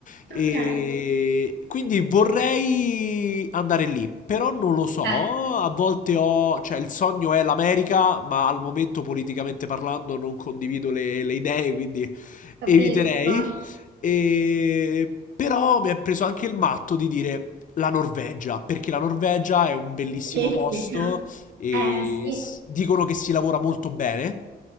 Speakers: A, on the left; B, on the right.
A: e
B: ok,
A: quindi vorrei andare lì, però non lo
B: ok,
A: so, a volte ho, cioè il sogno è l'America, ma al momento politicamente parlando non condivido le, le idee, quindi
B: capisco.
A: eviterei. E... Però mi è preso anche il matto di dire la Norvegia, perché la Norvegia è un bellissimo
B: Sì,
A: posto
B: sì.
A: e
B: Eh sì,
A: s- dicono che si lavora molto bene.